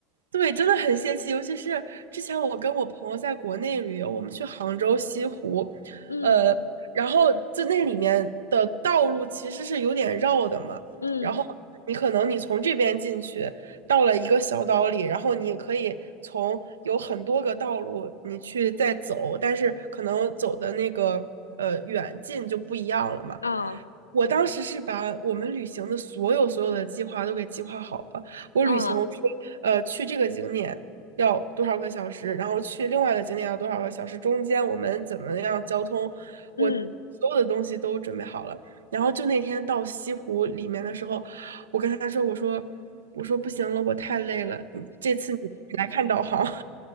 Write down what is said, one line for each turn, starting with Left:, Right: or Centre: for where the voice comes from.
Right: 对，真的很泄气，尤其是之前我跟我朋友在国内旅游，我们去杭州西湖，
Left: 嗯
Right: 呃，然后就那里面的道路其实是有点绕的嘛，
Left: 嗯
Right: 然后你可能你从这边进去，到了一个小岛里，然后你可以从有很多个道路你去再走，但是可能走的那个呃远近就不一样了嘛。
Left: 啊
Right: 我当时是把我们旅行的所有所有的计划都给计划好了。我旅行我说，
Left: 啊
Right: 呃，去这个景点要多少个小时，然后去另外的景点要多少个小时，中间我们怎么样交通，我所有的东西都准备好了。
Left: 嗯。
Right: 然后就那天到西湖里面的时候，我跟他说：“我说，我说不行了，我太累了，你这次你来看导航。”